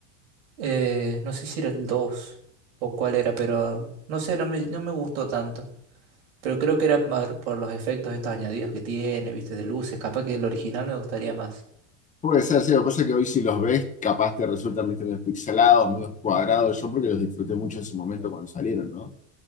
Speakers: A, on the right (about 70°); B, on the left (about 20°).
A: Eh, no sé si era el 2 o cuál era, pero no sé, no me, no me gustó tanto. Pero creo que era más por los efectos estos añadidos que tiene, viste, de luces. Capaz que el original me gustaría más.
B: Puede ser, sí, lo que pasa es que hoy si los ves, capaz te resultan ¿viste? medio pixelados, medio cuadrados, yo porque los disfruté mucho en su momento cuando salieron, ¿no?